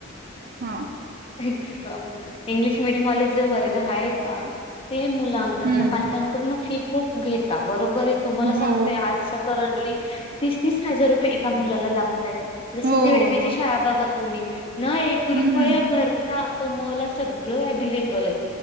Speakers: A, on the right; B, on the left.
A: हा
B: एक्स्ट्रा इंग्लिश मिडियमवाले जो वर्ग आहे का? ते मुलांकडन,
A: हम्म
B: पालकांकडून फी खूप घेता बर बरोबर आहे, तुम्हाला सांगते
A: हो
B: आजचा करंटली तीस, तीस हजार रुपये एका मुलाला लागतायेत. जस
A: हो
B: झेडपिची
A: हो हो
B: शाळा बघा तुम्ही, ना एक
A: हम्म
B: रुपया
A: हम्म
B: भरता तुमला सगळं अवेलेबल आहे.